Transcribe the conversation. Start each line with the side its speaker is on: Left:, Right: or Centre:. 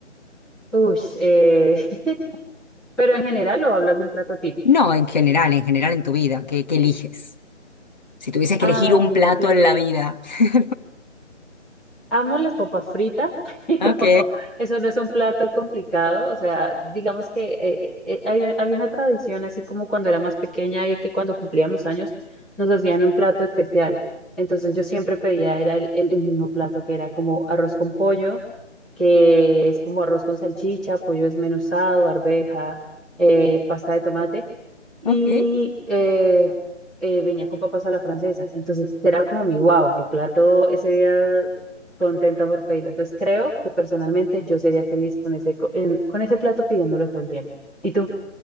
Centre: Ush, eh, <laughs> pero en general lo hablas de un plato típico.
Left: No, en general, en general en tu vida, ¿qué, qué eliges? Si tuvieses que
Centre: Ay,
Left: elegir un
Centre: mira
Left: plato
Centre: que yo
Left: en la vida. <laughs>
Centre: Amo las papas fritas, <laughs> pero
Left: Ok,
Centre: eso no es un plato complicado. O sea, digamos que eh, eh, hay- había una tradición, así como cuando era más pequeña, de que cuando cumplíamos años nos hacían un plato especial. Entonces yo siempre pedía, era el, el- el mismo plato que era como arroz con pollo, que es como arroz con salchicha, pollo desmenuzado, arveja, eh, pasta de tomate y
Left: ok.
Centre: eh, eh, venía con papas a la francesa. Entonces era como mi wow, mi plato ese día contenta por pedirlo. Entonces creo que personalmente yo sería feliz con ese, co- en- con ese plato pidiéndolo todo el tiempo. ¿Y tú?